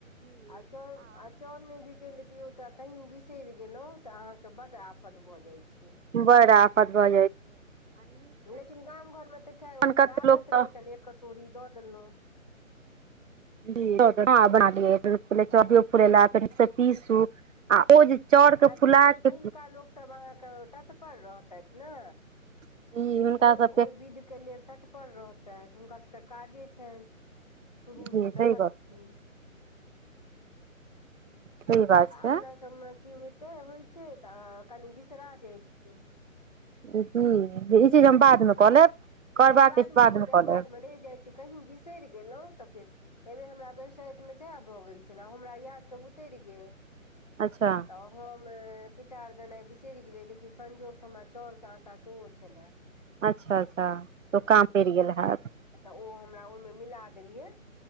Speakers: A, on the left; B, on the right.
A: आ चौर आ चौर ने बी पिसैले दियौ तऽ कहीं बिसरि गेलहुँ तऽ अहाँके बड आफत भऽ जाइ छै
B: बड़ा आफ आफ भ
A: लेकिन गाम घर मे तऽ खै ओ अपन
B: कते
A: आदत
B: लोक तऽ
A: रहैत छल एक कटोरी दऽ देलहुँ
B: <unintelligible> पीसू आ ओ जे चाउर के
A: आ
B: फुला
A: दोसर पहिलका
B: के
A: लोक सभ अहाँके तत्पर रहतैत ने
B: ई हुनका
A: ओ
B: सबके
A: ओ विध के लेल तत्पर रहतैत हुनका सभके काजे छनि शुरू
B: जी
A: से
B: सही
A: देखलखिन
B: गप छै सही बात
A: आ अपना
B: छै
A: सभमे की होइते होइत छै तऽ कनि बिसरा जाइत छै
B: जी कि ई चीज हम बाद मे कऽ लेब
A: ई
B: करबाक
A: चिज बाद
B: अछि
A: मे
B: बादमे
A: क लेब
B: कऽ
A: आ बाद मे रहि जाइ छै कही बिसरि गेलहुँ तऽ फेर एहिबेर हमरा बरसाइत मे सैह भऽ गेल छले हमरा याद सब उतरि गेल
B: अच्छा
A: तऽ हम पिठार देनाइ बिसरि गेलिए लेकिन संजोग सँ हमरा चाउर के आँटा सेहो छलए
B: अच्छा अच्छा तऽ काँम पड़ि गेल हैत
A: तऽ ओ हमरा ओहिमे मिला देलियै